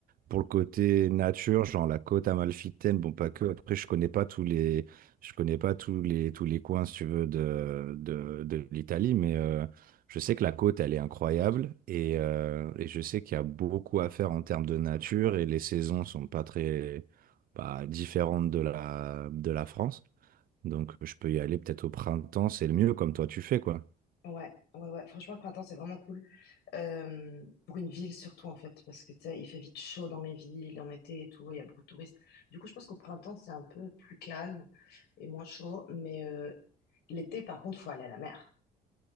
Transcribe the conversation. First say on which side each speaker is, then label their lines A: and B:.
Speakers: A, on the right; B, on the left.
A: pour le côté nature, genre la côte amalfitaine, bon pas que. Après, je connais pas tous les, je connais pas tous les tous les coins, si tu veux, de de, de l'Italie, mais euh, je sais que la côte, elle est incroyable et, euh, et je sais qu'il y a beaucoup à faire en termes de nature et les saisons sont pas très bah, différentes de la de la France. Donc, je peux y aller peut-être au printemps, c'est le mieux, comme toi tu fais quoi.
B: Ouais, ouais, ouais. Franchement, le printemps, c'est vraiment cool. Euh, pour une ville surtout, en fait, parce que tu sais, il fait vite chaud dans les villes, en été et tout, il y a beaucoup de touristes. Du coup, je pense qu'au printemps, c'est un peu plus calme et moins chaud. Mais euh, l'été, par contre, faut aller à la mer.